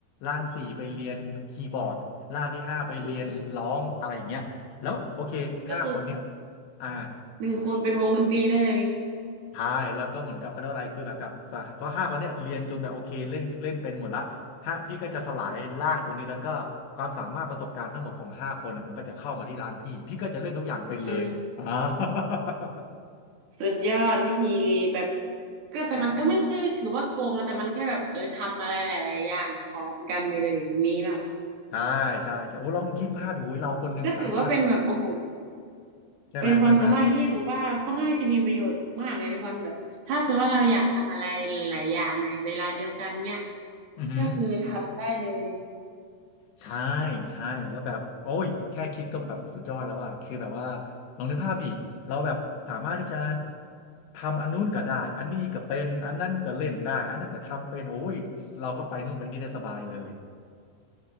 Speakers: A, on the left; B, on the right.
A: ร่างสี่ไปเรียนคีย์บอร์ดร่างที่ห้าไปเรียนร้องอะไรอย่างเงี้ยแล้วโอเคห้าคนเนี้ย
B: อืมก็คือ
A: อ่า
B: หนึ่งคนเป็นวงดนตรีได้เลย
A: ใช่แล้วก็เหมือนกับเขาเรียกว่าอะไรคือแบบกับสหเพราะห้าคนเนี้ยเรียนจนแบบโอเคเล่นเล่นเป็นหมดละฮะพี่ก็จะสลายร่างตรงนี้แล้วก็ความสามารถประสบการณ์ทั้งหมดของห้าคนอ่ะมันก็จะเข้ามาที่ร่างพี่พี่ก็จะเล่นทุกอย่างเป็นเลยอ่า
B: อืม
A: <laughs>
B: สุดยอดวิธีแบบก็แต่มันก็ไม่ใช่ถือว่าโกงนะแต่มันแค่แบบเออทำอะไรหลายๆอย่างพร้อมกันไปเลยอย่างนี้เนาะ
A: ใช่ใช่ใช่โอ้ลองคิดภาพดูอุ๊ยเราคนหนึงสามารถ
B: ก็ถือว่าเป็นแบบโอ้โห
A: ใช่ไหมใช่ไหม
B: เป็นความสามารถที่หนูว่าค่อนข้างที่จะมีประโยชน์มากเลยในวันแบบถ้าสมมติว่าเราอยากทำอะไรหลายๆอย่างในเวลาเดียวกันเนี่ย
A: อือหือ
B: ก็คือทำได้เลย
A: ใช่ใช่แล้วแบบโอ้ยแค่คิดก็แบบสุดยอดแล้วอ่ะคือแบบว่าลองนึกภาพดิเราแบบสามารถที่จะทำอันนู้นก็ได้อันนี้ก็เป็นอันนั้นก็เล่นได้อันนั้นก็ทำเป็นโอ้ยเราก็ไปนู่นไปนี่ได้สบายเลย